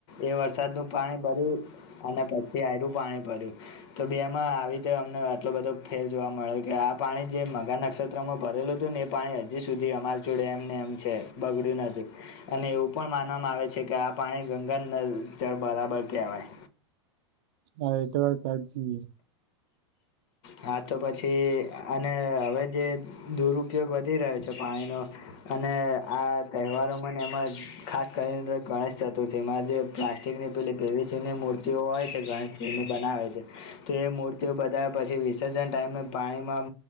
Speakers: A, on the left; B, on the right.
A: એ વરસાદનું પાણી ભરું અને પછી આયરું પાણી ભરું તો બેમાં આવી રીતે અમને આટલો બધો ફેર જોવા મળ્યો કે આ પાણી જે <unintelligible> માં ભરેલું હતું ને એ પાણી હજી સુધી અમાર જોડે એમ ને એમ છે બગડ્યું નથી. અને એવું પણ માનવામાં આવે છે કે આ પાણી ગંગા ન જળ બરાબર કહેવાય.
B: હા એ તો વાત સાચી
A: હા તો પછી અને હવે જે દુરુપયોગ વધી રહ્યો છે પાણીનો અને આ તહેવારોને એમાં ખાસ કરીને ગણેશ ચતુર્થીમાં જે પ્લાસ્ટિકની પેલી પીવીસીની મૂર્તિઓ હોય છે ગણેશજીની બનાવે છે. તે મૂર્તિઓ બધા જે વિસર્જન ટાઈમે પાણીમાં